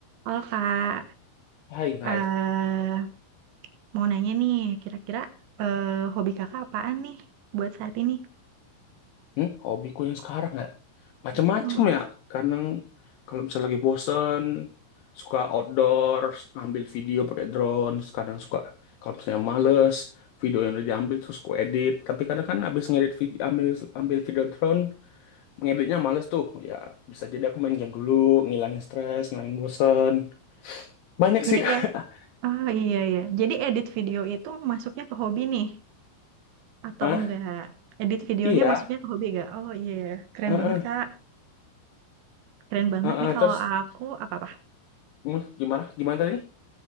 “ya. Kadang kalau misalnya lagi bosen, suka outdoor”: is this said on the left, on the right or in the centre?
Left